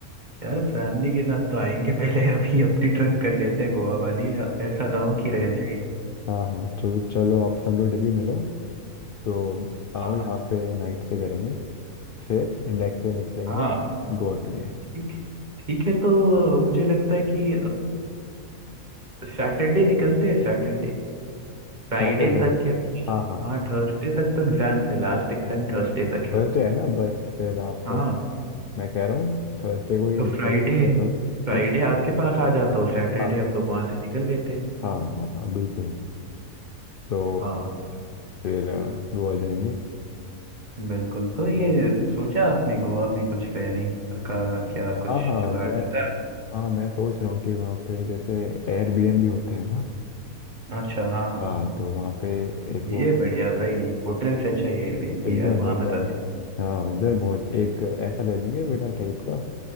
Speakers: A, on the right; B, on the left.
A: यार फैमिली के साथ तो आएंगे पहले अभी अपनी ट्रिप कर लेते हैं
B: हाँ
A: गोवा वाली ऐसा ना हो कि रह जाए
B: हाँ हाँ तो चलो आप सब लोग दिल्ली मिलो तो आओ
A: हाँ
B: यहाँ
A: हाँ
B: पे नाइट से करेंगे फिर नेक्स्ट डे निकलेंगे
A: हाँ
B: गोवा के लिए
A: ठीक ठीक है तो मुझे लगता है कि सैटरडे निकलते हैं सैटरडे फ्राइडे
B: सैटरडे
A: तक या
B: हाँ हाँ
A: हाँ थर्सडे तक तो एग्जाम्स है लास्ट एग्जाम थर्सडे तक
B: थर्सडे
A: है
B: है ना बस फिर आप
A: हाँ
B: मैं कह रहा हूँ थर्सडे को ये
A: तो
B: निकल
A: फ्राइडे
B: जाए या तो
A: फ्राइडे
B: या तो
A: आपके पास आ जाता हूँ सैटरडे
B: हाँ
A: हम लोग वहां से निकल लेते
B: हाँ हाँ हाँ बिल्कुल तो
A: हाँ
B: फिर अ, गोवा जाएंगे
A: बिल्कुल तो ये सोचा आपने गोवा में कुछ रहने का क्या कुछ
B: हाँ हाँ
A: जुगाड़
B: मैं
A: पता
B: हाँ मैं सोच रहा हूँ कि वहाँ पे जैसे एयरबीएनबी होते हैं ना
A: है अच्छा हाँ हाँ
B: हाँ तो वहाँ पे एक
A: ये
B: वो
A: बढ़िया भाई होटल से अच्छा एयरबीएनबी
B: एकदम
A: यार वहाँ
B: एकदम
A: मजा है
B: हाँ उधर बहुत एक ऐसा ले लेंगे मेरा टाइप का